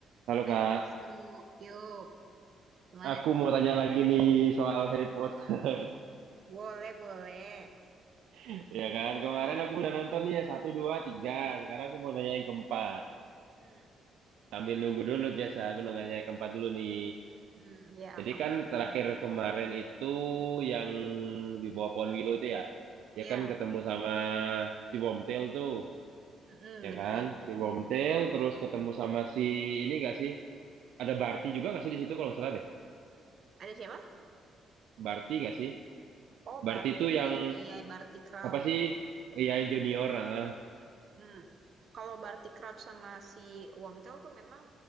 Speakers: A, on the right; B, on the right.
A: Halo
B: Ah,
A: Kak,
B: Wisnu, yuk. Gimana
A: aku
B: nih?
A: mau tanya lagi nih soal Harry Potter.
B: Boleh, boleh.
A: <laughs> Ya kan, kemarin aku udah nonton nih ya, satu, dua, tiga. Sekarang aku mau nanya yang keempat.
B: Hmm,
A: Sambil nunggu dulu biasa, aku nanya yang keempat dulu nih.
B: hmm, ya,
A: Jadi
B: kamu.
A: kan terakhir
B: Hmm,
A: kemarin itu yang di bawah pohon Willow itu ya,
B: ya,
A: ya kan ketemu sama si Wormtail tuh,
B: hmm,
A: ya
B: benar.
A: kan, si Wormtail terus ketemu sama si ini gak sih? Ada Barty juga gak sih di situ kalau nggak salah deh?
B: Ada siapa?
A: Barty gak sih?
B: Oh,
A: Barty
B: Bart.
A: itu yang
B: iya, Barty Crouch.
A: apa sih?
B: Hmm.
A: Iya yang junior, ah.
B: Hmm. Kalau Barty Crouch sama si Wormtail tuh memang